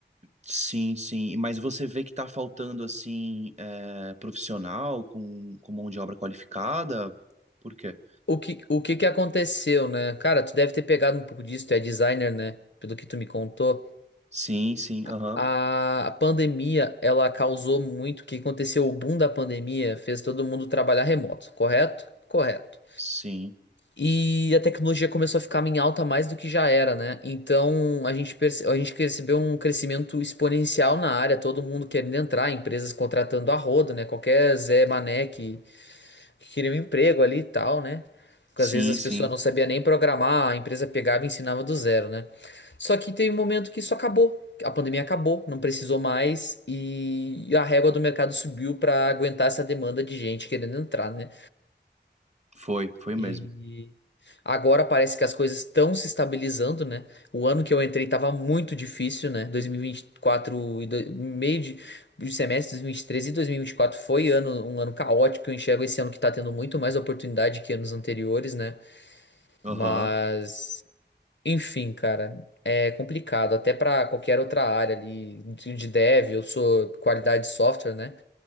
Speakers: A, on the right; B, on the left.
A: sim, sim, mas você vê que tá faltando assim é, profissional com, com mão de obra qualificada? Por quê?
B: O que, o que que aconteceu, né? Cara, tu deve ter pegado um pouco disso, tu é designer, né? Pelo que tu me contou.
A: Sim, sim,
B: A,
A: aham.
B: a, a pandemia, ela causou muito. O que aconteceu? O boom da pandemia fez todo mundo trabalhar remoto, correto? Correto.
A: Sim.
B: E a tecnologia começou a ficar em alta mais do que já era, né? Então a gente, perce, a gente percebeu um crescimento exponencial na área, todo mundo querendo entrar, empresas contratando a rodo, né? Qualquer Zé Mané que que queriam um emprego ali e tal, né? Porque
A: Sim,
B: às vezes as
A: sim.
B: pessoas não sabiam nem programar, a empresa pegava e ensinava do zero, né? Só que teve um momento que isso acabou. A pandemia acabou, não precisou mais e a régua do mercado subiu para aguentar essa demanda de gente querendo entrar, né?
A: Foi, foi mesmo.
B: E agora parece que as coisas estão se estabilizando, né? O ano que eu entrei tava muito difícil, né? Dois mil e vinte e quatro e do- meio de, de semestre, dois mil e e e três e dois mil e vinte e quatro foi ano, um ano caótico. Eu enxergo esse ano que tá tendo muito mais oportunidade que anos anteriores, né?
A: Aham.
B: Mas, enfim, cara, é complicado. Até pra qualquer outra área ali de de dev, eu sou qualidade de software, né?